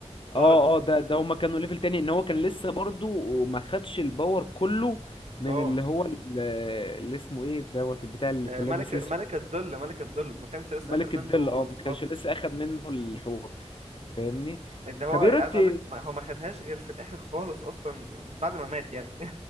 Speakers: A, on the right; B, on the left.
A: اه
B: اه اه ده ده هما كانوا ليفل تاني ان هو كان لسه برضو ما خدش الباور كله من
A: اه
B: اللي هو ال- اللي اسمه ايه دوت البتاع اللي
A: آه،
B: كان
A: ملك
B: لابس
A: ملك الظل ملك الظل ما كانش لسه
B: ملك
A: اخد منه
B: الظل اه ما كانش
A: اه
B: لسه اخد منه الحور فاهمني
A: ده هو
B: طب
A: عايز
B: ايه رايك ت-
A: اقول لك ما- هو ما خدهاش غير في الاخر خالص اصلا بعد ما مات يعني